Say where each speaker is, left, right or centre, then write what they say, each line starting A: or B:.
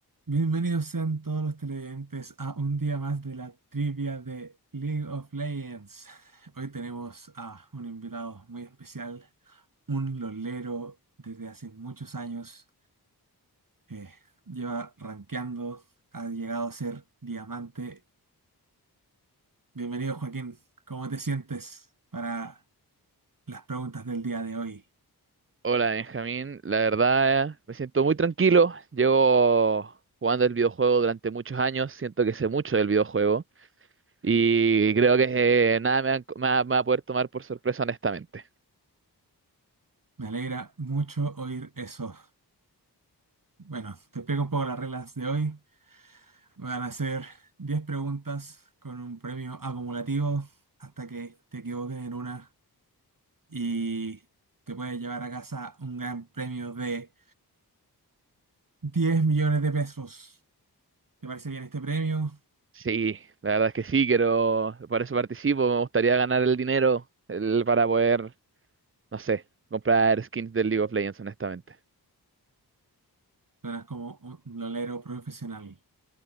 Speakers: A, on the right; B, on the right.
A: Bienvenidos sean todos los televidentes a un día más de la trivia de League of Legends. Hoy tenemos a un invitado muy especial, un lolero desde hace muchos años. eh, lleva rankeando, ha llegado a ser diamante. Bienvenido Joaquín, ¿cómo te sientes para las preguntas del día de hoy?
B: Hola Benjamín, la verdad me siento muy tranquilo. Llevo jugando el videojuego durante muchos años, siento que sé mucho del videojuego y creo que eh, nada me va, me va- me va a poder tomar por sorpresa honestamente.
A: Me alegra mucho oír eso. Bueno, te explico un poco las reglas de hoy. Van a hacer 10 preguntas con un premio acumulativo hasta que te equivoques en una y te puedes llevar a casa un gran premio de 10 millones de pesos. ¿Te parece bien este premio?
B: Sí, la verdad es que sí, quiero, por eso participo, me gustaría ganar el dinero el- para poder, no sé, comprar skins del League of Legends honestamente.
A: Suenas como un lolero profesional.